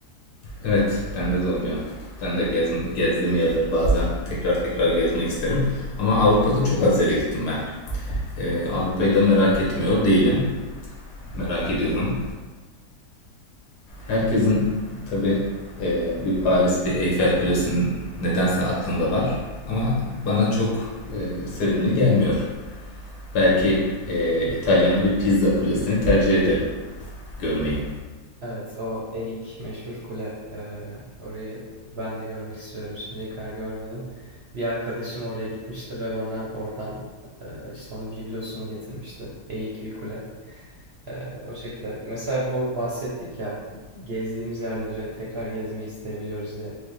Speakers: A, on the left (about 75°); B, on the right (about 55°).
A: Evet, bende de oluyor. Ben de gez, gezdiğim yerleri bazen tekrar tekrar gezmek isterim. Ama Avrupa'da çok az yere gittim ben. Ee, Avrupa'yı da merak etmiyor değilim. Merak ediyorum. Herkesin tabii e, bir Paris, bir Eyfel Kulesi'nin nedense aklında var. Ama bana çok e, sevimli gelmiyor. Belki e, İtalya'nın bir pizza kulesini tercih ederim görmeyi.
B: Evet, o Eik meşhur kule. Ee, orayı ben de görmek istiyorum. Şimdiye kadar görmedim. Bir arkadaşım oraya gitmişti ve bana oradan e, işte onun biblosunu getirmişti. Eik bir kule. Ee, o şekilde. Mesela bu bahsettik ya gezdiğimiz yerleri tekrar gezmeyi isteyebiliyoruz diye.